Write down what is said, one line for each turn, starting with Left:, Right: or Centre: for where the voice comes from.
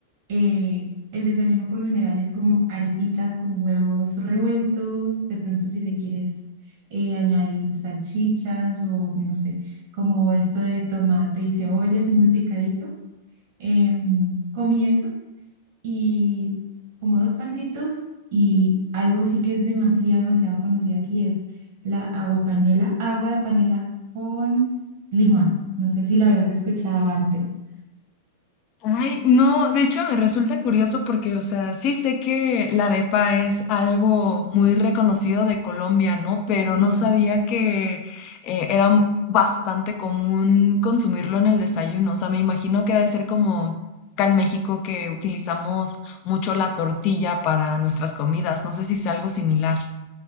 Right: eh, el desayuno por lo general es como arepita con huevos revueltos, de pronto si le quieres eh, añadir salchichas o no sé, como esto de tomate y cebolla así muy picadito. Em, comí eso y como dos pancitos y algo sí que es demasiado, demasiado conocido aquí es la agua panela, agua de panela con limón. No sé si lo habías escuchado antes.
Left: Ay, no, de hecho me resulta curioso porque, o sea, sí sé que la arepa es algo muy reconocido de Colombia, ¿no? Pero
Right: Sí,
Left: no
Right: sí.
Left: sabía que eh, era m- bastante común consumirlo en el desayuno. O sea, me imagino que ha de ser como acá en México que utilizamos mucho la tortilla para nuestras comidas. No sé si es algo similar.